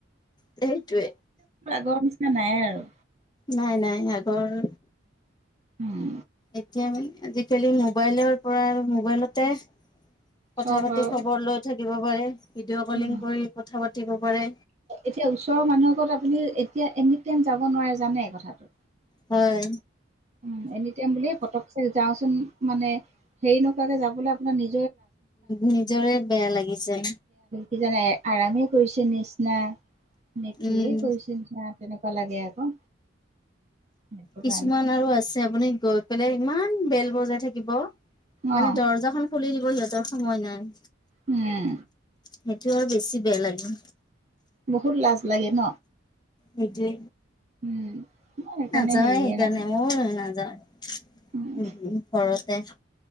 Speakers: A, on the left; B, on the right.
A: সেইটোৱেই,
B: আগৰ নিচিনা নাই আৰু
A: নাই নাই আগৰ
B: উম।
A: এতিয়া মানে আজিকালি মোবাইলৰ পৰা আৰু মোবাইলতে- কথা
B: চব
A: পাতি
B: আৰু
A: খবৰ লৈ থাকিব। হয় ভিডিঅ' কলিং
B: উম,
A: কৰি কথা পা পাতিব পাৰে।
B: এতিয়া ওচৰৰ মানুহ আগত এতিয়া এনি টাইম যাব নোৱাৰে জানে কথাটো
A: হয়
B: উম, এনিটাইম বুললে পতকে যাওঁচোন মানে হেৰি নোকোৱাকে যাবলৈ আপোনাৰ নি
A: নিজৰে বেয়া লাগিছে।
B: কিজানে আৰামেই কৰিছে নিচিনা- নেকি
A: উম।
B: কৈছিল তেনেকৈ লাগে আকৌ সেইটো
A: কিছুমান
B: কাৰণে।
A: আৰু আছে আপুনি গৈ পেলাই ইমান বেল বজাই থাকিব মানে
B: অ',
A: দৰ্জা খুলি দিব সিহঁতৰ সময় নাই
B: উম
A: সেইটো আৰু বেছি বেয়া লাগে
B: বহুত লাজ লাগে ন
A: হেইজে
B: উম, মই সেইকাৰণে
A: নযাই
B: হেৰিয়ে
A: সেইকাৰণে
B: নকৰোঁ।
A: মোৰ <unintelligible> যা উ
B: উম,
A: ঘৰতে